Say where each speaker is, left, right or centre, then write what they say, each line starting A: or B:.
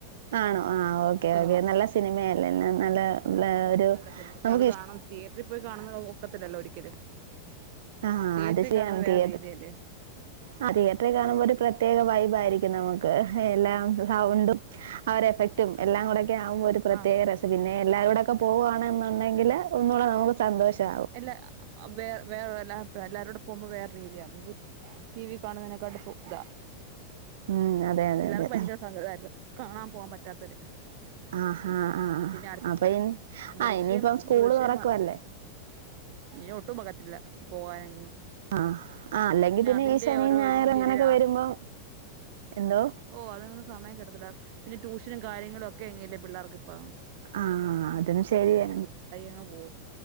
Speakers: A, on the right; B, on the right.
A: ആണോ ആഹ് ഓക്കെ
B: സിനിമ
A: ഓക്കെ നല്ല സിനിമയല്ലെ നല്ല ഒരു
B: നല്ല സിനിമ
A: നമുക്ക് ഇഷ്
B: <unintelligible> പോയി കാണുന്നത് ഒക്കത്തില്ലല്ലൊ ഒരിക്കലും
A: ആഹ്
B: തീയേറ്റ്രി
A: അത് ശരിയാണ്
B: കാണുന്നെ വേറെ
A: തിയേറ്റർ
B: രീതിയല്ലെ
A: ആഹ് തിയേറ്റ്ര കാണുമ്പൊ ഒരു പ്രത്യേക വൈബായിരിക്കും നമുക്ക് എല്ലാം സൗണ്ടും ആഹ് ഒരഫെക്റ്റും എല്ലാം കൂടെ ഒക്കെ ആവുമ്പൊ ഒരു പ്രത്യേക
B: ആഹ്
A: രസ പിന്നെ എല്ലാരൂടൊക്കെ പോവാണ് ന്നുണ്ടെങ്കില് ഒന്നൂടെ നമുക്ക് സന്തോഷാവും
B: ല്ല വേ വേറെല്ല പ എല്ലാരൂടെ പോവുമ്പൊ വേറെ രീതിയ ടി വി കാണുന്നതിനെക്കാട്ടി സുഖ
A: ഉം അതെ, അതെ,
B: പിള്ളാർക്ക്
A: അതെ.
B: ഭയങ്കര സങ്കടായ്ര്ന്ന് കാണാ പോവാ പറ്റാത്തൊര്
A: ആഹാ
B: ഉം
A: ആഹ്.
B: പിന്നെ അട്ത്ത്
A: അപ്പൊ ഇനി
B: ദൃശ്യം
A: ആഹ് ഇനിയിപ്പം സ്കൂള്
B: ദൃശ്യം
A: തുറക്കുവല്ലേ?
B: അ ഇനി ഒട്ടും പകത്തില്ല പോകാനെങ്ങും
A: ആഹ് ആഹ് അല്ലെങ്കി പിന്നെ
B: അതിന്റെ
A: ഈ ശനിം
B: ഓരോ
A: ഞായറും
B: രീതിയല്ലേ
A: അങ്ങനൊക്ക വെര്മ്പൊ എന്തോ
B: ഓഹ് അതൊന്നും സമയം കിട്ടത്തില്ല പിന്ന ട്യൂഷനും കാര്യങ്ങളൊക്കെ അങ്ങല്ലെ പിള്ളാർക്ക് ഇപ്പൊ
A: ആഹ് അതും ശരിയാ
B: അങ്ങ് പോകും